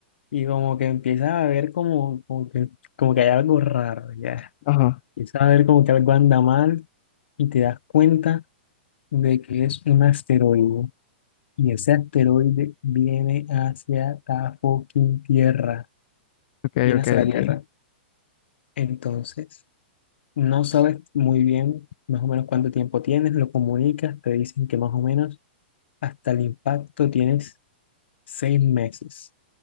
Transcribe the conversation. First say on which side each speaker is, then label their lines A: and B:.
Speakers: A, on the left (about 75°); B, on the left (about 45°).
A: y como que empiezas a ver como, como que, como que hay algo raro, ya.
B: Ajá.
A: Empiezas a ver como que algo anda mal y te das cuenta de que es un asteroide. Y ese asteroide viene hacia la fucking Tierra.
B: Ok,
A: Viene
B: ok,
A: hacia la
B: ok.
A: Tierra. Entonces, no sabes muy bien más o menos cuánto tiempo tienes, lo comunicas, te dicen que más o menos hasta el impacto tienes seis meses,